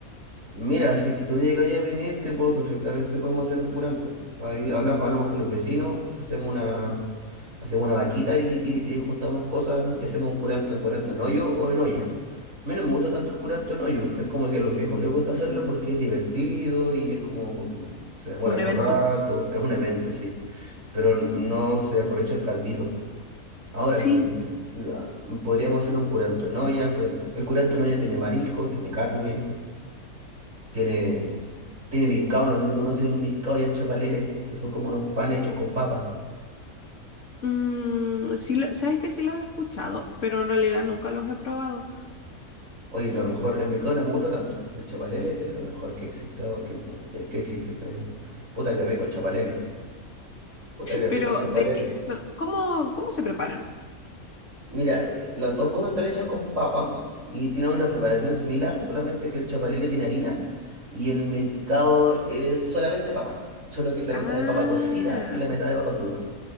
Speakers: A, on the right; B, on the left.
A: Mira, si es que tú llegas ahí a venir, te puedo, perfectamente podemos hacer un curanto. Ahí habla- hablamos, con los vecinos, hacemos una, hacemos una vaquita y, y- y juntamos cosas y hacemos un curanto, un curanto en hoyo o en olla. A mí no me gusta tanto el curanto en hoyo, es como que a los viejos les gusta hacerlo porque es divertido y es como se demora
B: Un
A: harto
B: evento.
A: rato, es un evento, sí, pero no se aprovecha el caldito. Ahora
B: Sí.
A: sí, la- podríamos hacer un curanto en olla, pues, el curanto en olla tiene mariscos, tiene carne. Tiene tiene milcao, no sé si conoces el milcao y el chapalele, que son como unos panes hechos con papa.
B: Mm, sí, lo- sabes que sí los he escuchado, pero en realidad nunca los he probado.
A: Oye, lo mejor, el milcao no me gusta tanto. El chapalele es lo mejor que existe. o Que, eh, que existe. eh. puta que rico el chapalele. Puta que rico
B: Pero
A: el chapalele.
B: de qué son, ¿cómo, cómo se preparan?
A: Mira, eh, las dos cosas están hechas con papa y tienen una preparación similar, solamente que el chapalele tiene harina y el milcao es solamente papa. Solo que es la
B: Ah,
A: mitad de papa cocida y la mitad de papa cruda.